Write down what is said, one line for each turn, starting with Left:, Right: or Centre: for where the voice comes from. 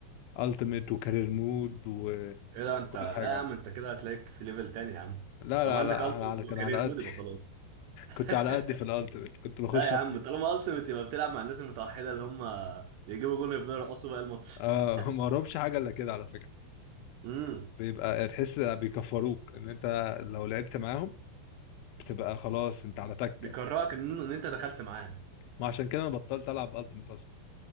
Left: التيميت وكارير مود وكل
Right: ايه ده انت
Left: حاجه
Right: لا يا عم انت كده هتلاقيك في ليفل تاني يا عم
Left: لا
Right: طب
Left: لا
Right: عندك
Left: لا
Right: التيمت
Left: على كان
Right: وكارير
Left: على
Right: مود
Left: قد
Right: يبقى خلاص <laughs>
Left: كنت على قدي في الالتيميت كنت بخش
Right: لا يا
Left: اخسر
Right: عم طالما التيمت يبقى بتلعب مع الناس المتوحده اللي هم بيجيبوا جول يفضلوا يرقصوا بقى الماتش
Left: آه
Right: <laughs>
Left: <laughs> ما اهربش حاجه الا كده على فكره
Right: امم
Left: بيبقى تحس بيكفروك ان انت لو لعبت معاهم بتبقى خلاص انت على تكه
Right: بيكرهك ان ان انت دخلت معاه
Left: ما عشان كده انا بطلت العب التيميت اصلا